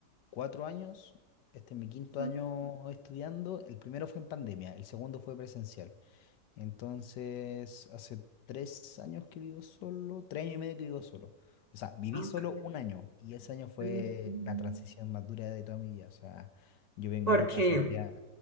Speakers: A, on the left; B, on the right.
A: cuatro años, este es mi quinto
B: Ujú.
A: año estudiando, el primero fue en pandemia, el segundo fue presencial. Entonces, hace tres años que vivo solo, tres años y medio que vivo solo. O sea, viví
B: Ok.
A: solo un año y ese año fue
B: Ujú.
A: la transición más dura de toda mi vida. O sea, yo vengo
B: ¿Por
A: de
B: qué?
A: una familia,